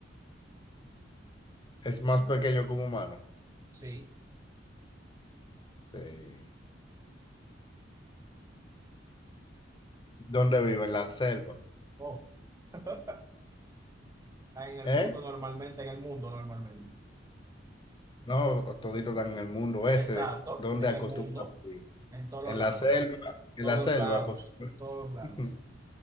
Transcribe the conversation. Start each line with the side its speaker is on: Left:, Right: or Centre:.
Left: Es más pequeño que un humano.
Right: Sí.
Left: Sí. ¿Dónde vive? En la selva.
Right: Oh. Está En el
Left: ¿Eh?
Right: mundo normalmente, en el mundo normalmente.
Left: No, todito están en el mundo ese.
Right: Exacto,
Left: ¿Dónde
Right: en
Left: acostumbran
Right: el mundo,
Left: vivir?
Right: en todos
Left: En
Right: lados,
Left: la selva. En
Right: todos
Left: la selva.
Right: lados,
Left: acostumbran.
Right: todos lados.
Left: <laughs>